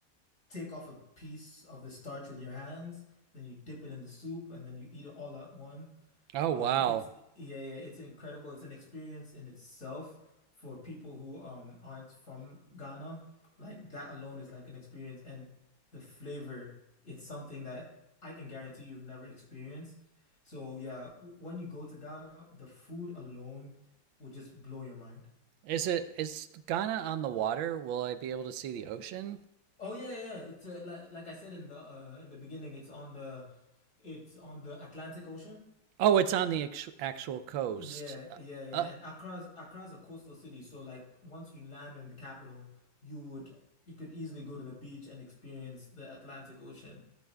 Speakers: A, on the left (about 40°); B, on the right (about 85°).
A: take off a piece of the starch with your hands, then you dip it in the soup and then you eat it all at once.
B: Oh,
A: Um,
B: wow.
A: it's yeah, yeah, it's incredible. It's an experience in itself for people who um aren't from Ghana. Like that alone is like an experience, and the flavor, it's something that I can guarantee you've never experienced. So yeah, w- when you go to Ghana, the food alone will just blow your mind.
B: Is it is Ghana on the water? Will I be able to see the ocean?
A: Oh yeah, yeah, yeah. It's uh, like like I said in the uh, in the beginning, it's on the it's on the Atlantic Ocean.
B: Oh, it's on the actu- actual coast.
A: Yeah,
B: Uh,
A: yeah, yeah.
B: uh,
A: And Accra's Accra's a coastal city, so like once you land in the capital, you would you could easily go to the beach and experience the Atlantic Ocean.